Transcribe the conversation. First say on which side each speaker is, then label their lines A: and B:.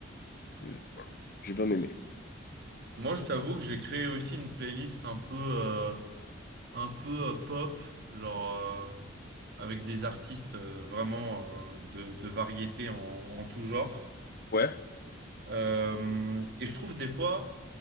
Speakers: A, on the left; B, on the right.
A: je- voilà, j'ai bien aimé.
B: Moi, je t'avoue que j'ai créé aussi une playlist un peu, euh, un peu euh, pop, genre euh, avec des artistes euh, vraiment euh, de, de variété en, en tout genre.
A: Ouais.
B: Euh, et je trouve des fois,